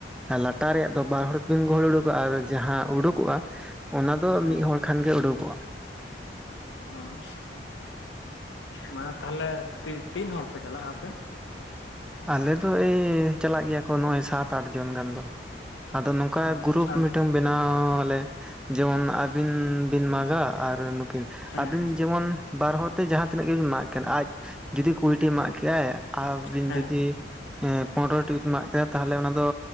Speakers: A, in the centre; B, on the left.
A: ᱞᱟᱴᱟ ᱨᱮᱭᱟᱜ ᱫᱚ ᱵᱟᱨ ᱦᱚᱲ ᱛᱮᱵᱤᱱ ᱜᱚᱦᱚᱲ ᱩᱰᱩᱠᱟ ᱟᱨ ᱡᱟᱦᱟ ᱩᱰᱩᱠ ᱠᱚᱜ-ᱟ ᱚᱱᱟ ᱫᱚ
B: ᱦᱮᱸ
A: ᱢᱤᱫ ᱦᱚᱲ ᱠᱷᱟᱱ ᱜᱮ ᱩᱰᱩᱠᱚᱜ-ᱟ
B: ᱚᱦ ᱢᱟ ᱛᱟᱦᱚᱞᱮ ᱛᱤ ᱴᱼᱛᱤᱱ ᱦᱚᱲ ᱯᱮ ᱪᱟᱞᱟᱜ-ᱟ ᱟᱯᱮ
A: ᱟᱞᱮ ᱫᱚ ᱮᱭ ᱪᱟᱞᱟᱜ ᱜᱮᱭᱟ ᱠᱚ ᱱᱚᱭ ᱥᱟᱛ ᱟᱴ ᱡᱚᱱ ᱜᱟᱱ ᱫᱚ ᱟᱫᱚ ᱱᱚᱝᱠᱟ
B: ᱚ
A: ᱜᱨᱩᱯ
B: ᱟᱫᱚ
A: ᱢᱤᱴᱟᱝ ᱵᱮᱱᱟᱣ ᱟᱞᱮ ᱡᱮᱢᱚᱱ ᱟᱹᱵᱤᱱ ᱵᱤᱱ ᱢᱟᱜᱟ ᱟᱨ ᱱᱩᱠᱤᱱ
B: ᱦᱮᱸ
A: ᱟᱹᱵᱤᱱ
B: ᱦᱮᱸ
A: ᱡᱮᱢᱚᱱ ᱵᱟᱨ ᱦᱚᱲ ᱛᱮ ᱡᱟᱦᱟ ᱛᱤᱱᱟᱹᱜ ᱜᱮᱵᱤᱱ ᱢᱟᱜ ᱠᱚᱱ ᱟᱡ ᱡᱩᱫᱤ ᱠᱩᱲᱤᱴᱤ ᱢᱟᱜ ᱠᱮᱜ-ᱟᱭ ᱟᱵᱤᱱ
B: ᱦᱮᱸ
A: ᱡᱩᱫᱤ ᱮᱸ ᱯᱚᱱᱨᱚᱴᱤ ᱢᱟᱜ ᱠᱮᱫᱟ ᱛᱟᱦᱚᱞᱮ ᱚᱱᱟ ᱫᱚ